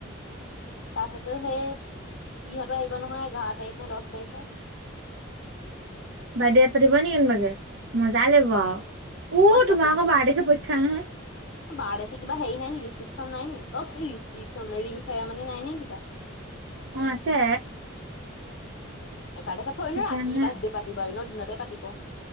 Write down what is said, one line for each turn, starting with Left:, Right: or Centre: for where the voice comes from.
Left: তাৰপিছতো সেই বিহতো আহিব নহয় এঘাৰ তাৰিখ নে দহ তাৰিখে। <inaudible>
Right: বাৰ তাৰিখে পাতিব নে কনবাগে মজা লাগিব। উ,
Left: কৈছাচোন
Right: তোমাৰ আকৌ বাৰ তাৰিখে পৰীক্ষা নহয়।
Left: বাৰ তাৰিখে কিবা হেৰি নাই ন ৰিচিপশন ন নি অ' কি ৰিচিপশন বোলে ৰিং চেমনি নাই নে কিবা? <inaudible>
Right: অ আছে।
Left: এঘাৰ তেখেত থৈ আহিম
Right: সেইকাৰণে
Left: ন ৰাতি বাৰ্থডে পাতিব এনেও দিনতে পাতিব।